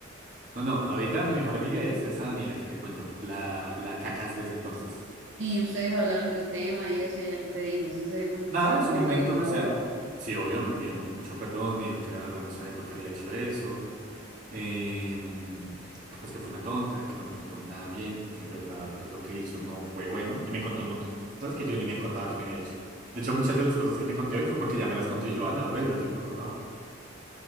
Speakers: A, on the right; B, on the right.
A: No, no, ahorita mi mejor amiga es esa Daniela que te cuento, la, la cacas de ese entonces.
B: Y ustedes hablaron del tema y eso, y ella qué te dijo, sí se dio cuen-
A: Nada,
B: se dio
A: en su
B: cuenta
A: momento,
B: que fue una
A: o sea,
B: boba.
A: sí, obvio, me pidió mucho perdón, me dijo que la verdad no sabe por qué había hecho eso. em, pues que fue una tonta, que no me trató nada bien, que en verdad pues lo que hizo no fue bueno y me contó un montón de cosas que yo ni me acordaba que me había hecho. De hecho, muchas de las cosas que te conté hoy fue porque ya me las conté yo a la verga, yo no me acordaba.